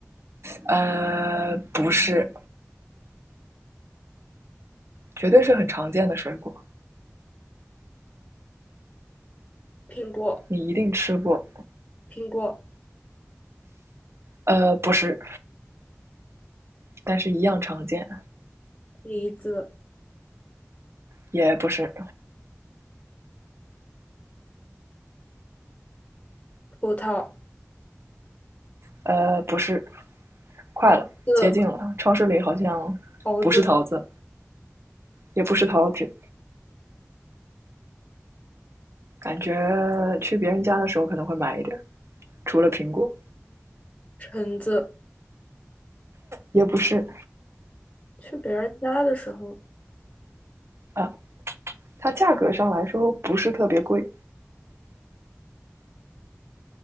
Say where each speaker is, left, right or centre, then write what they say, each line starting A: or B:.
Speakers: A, on the right; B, on the left.
A: 呃，不是，绝对是很常见的水果，
B: 苹果、
A: 你一定吃过。
B: 苹果、
A: 呃，不是，但是一样常见，
B: 梨子、
A: 也不是，
B: 葡萄、
A: 呃，不是，快了，
B: 桃子、
A: 接近了。超市里好像不是桃子，
B: 桃子、
A: 也不是桃子，感觉去别人家的时候可能会买一点除了苹果，
B: 橙子，
A: 也不是
B: 去别人家的时候，
A: 啊。它价格上来说不是特别贵，